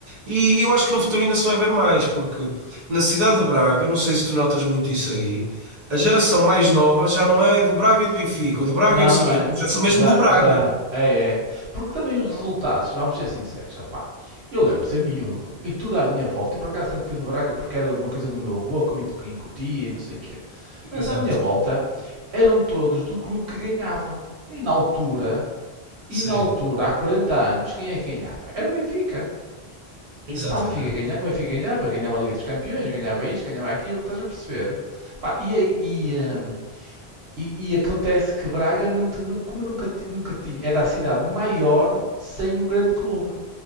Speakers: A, on the right (about 40°); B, on the right (about 75°).
A: E eu acho que no futuro ainda se vai ver mais, porque na cidade de Braga, não sei se tu notas muito isso aí, a geração mais nova já não é do Braga e do Benfica, ou do Braga
B: Não,
A: e não sei
B: não
A: o quê,
B: é.
A: já sou mesmo
B: Já,
A: do Braga.
B: já, é, é. Porque também os resultados, vamos ser sinceros, opá. Eu lembro-me ser miúdo e tudo à minha volta. Eu por acaso sempre fui do Braga porque era uma coisa do meu avô que me incutia e não sei o quê. Mas
A: Exato,
B: à minha volta eram todos do clube que ganhava. E na altura, e
A: sim,
B: na altura, há 40 anos, quem é que ganhava? Era o Benfica.
A: exatamente,
B: Pá, o Benfica ganha- o Benfica ganhava, ganhava a Liga dos Campeões, ganhava isto, ganhava aquilo, estás a perceber? Pá, e, aí- e, eh, e, e acontece que Braga, não te- nu- como nunca, ti- nunca tinha, era a cidade maior sem um grande clube.